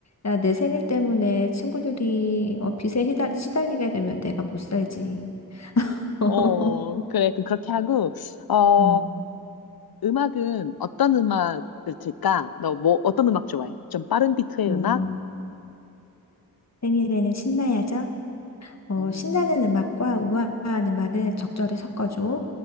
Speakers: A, on the left; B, on the left.
A: 야, 내 생일 때문에 친구들이 어, 빚에 휘달, 시달리게 되면 내가 못 살지. <laughs>
B: 어, 그래. 그럼 그렇게 하고, 어,
A: 음.
B: 음악은 어떤 음악을 들까? 너 뭐, 어떤 음악 좋아해? 좀 빠른 비트의
A: 음.
B: 음악?
A: 생일에는 신나야죠. 어,
B: 음,
A: 신나는 음악과 우아한 음악을 적절히 섞어줘.